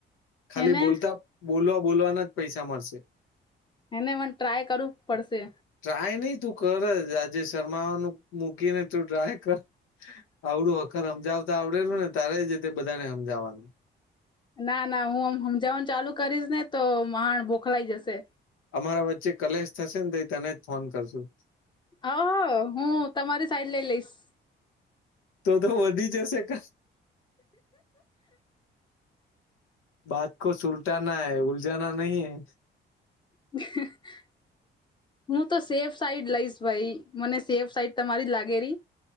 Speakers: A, on the left (about 85°); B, on the left (about 25°).
A: ખાલી
B: હેને
A: બોલતા બોલવા બોલવાના જ પૈસા મળશે.
B: એને મને ટ્રાય કરવું જ પડશે.
A: ટ્રાય નહી તું કર જ આજે શરમાવાનું મૂકી ને તું ટ્રાય કર. આવડું અખર સમજાવતા આવડેલું ને તારે જ તે બધાને સમજાવવાનું.
B: ના ના હુંમજવાનું ચાલુ કરીશ ને તો ાણ બોખલાઈ જશે
A: અમારા વચ્ચે કલેશ થશે ને તો તને જ ફોન કરશું
B: હ હું તમારી સાઈડ લઈ લઈશ.
A: તો તો વધી જશે ક. બાત કો સુલટાના હૈ ઉલજના નહીં હૈ
B: <inaudible> હું તો સેફ સાઈડ લઈશ ભાઈ મને સેફ સાઈડ તમારી લાગે રી.